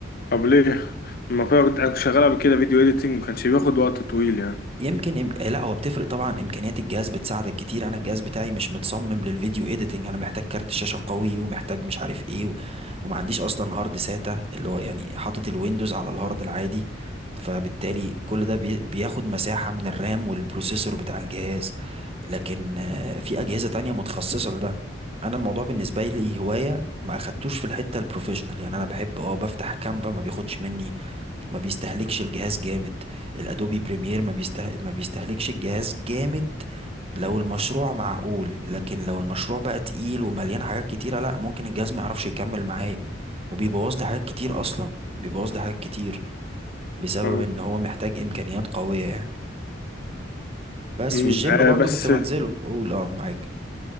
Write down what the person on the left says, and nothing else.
طب ليه لما كنت كنت شغال قبل كده فيديو اديتنج ما كانش بياخد وقت طويل يعني
آه.
مم.
آه،
بس